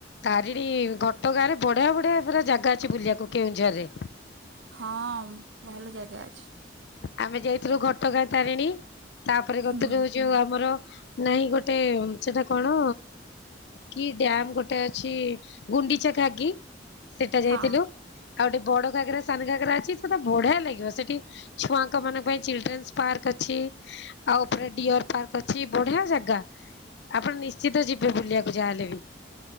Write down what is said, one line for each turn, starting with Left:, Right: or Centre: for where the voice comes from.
Left: ତାରିଣୀ ଘଟଗାଁ ରେ ବଢିଆ ବଢିଆ ପୁରା ଜାଗା ଅଛି ବୁଲିବାକୁ କେଉଁଝର ରେ।
Right: ହଁ ଭଲ ଜାଗା ଅଛି ।
Left: ଆମେ ଯାଇଥିଲୁ ଘଟଗାଁ ତାରିଣୀ ତାପରେ ଗତରେ
Right: ହୁଁ
Left: ହଉଚ ଆମର ନାଇଁ ଗୋଟେ ସେଟା କଣ କି ଡ୍ୟାମ ଗୋଟେ ଅଛି ଗୁଣ୍ଡିଚାଘାଗି। ସେଇଟା ଯାଇଥିଲୁ
Right: ହଁ।
Left: ଆଉ ଗୋଟେ ବଡ ଘାଗରା ସାନ ଘାଗରା ଅଛି ସେଟା ବଢିଆ ଲାଗିବ ସେଠି । ଛୁଆଙ୍କ ମାନଙ୍କ ପାଇଁ ଚିଲଡ୍ରେନ୍ସ ପାର୍କ ଅଛି ଆଉ ଉପରେ ଡିଅର ପାର୍କ ଅଛି ବଢିଆ ଜାଗା । ଆପଣ ନିଶ୍ଚିତ ଯିବେ ବୁଲିବାକୁ ଯାହାହେଲେ ବି ।